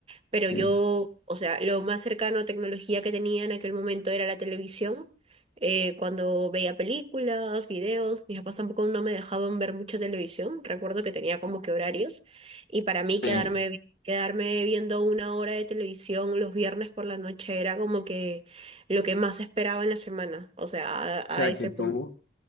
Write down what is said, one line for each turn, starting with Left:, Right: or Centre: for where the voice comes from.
Right: Pero
Left: Sí.
Right: yo, o sea, lo más cercano a tecnología que tenía en aquel momento era la televisión. Eh, cuando veía películas, videos, mis papás tampoco no me dejaban ver mucha televisión. Recuerdo que tenía como que horarios. Y para mí
Left: Sí.
Right: quedarme,
Left: O
Right: quedarme viendo una hora de televisión los viernes por la noche era como que lo que más esperaba en la semana. O sea, a,
Left: sea
Right: a ese
Left: que tú
Right: punto.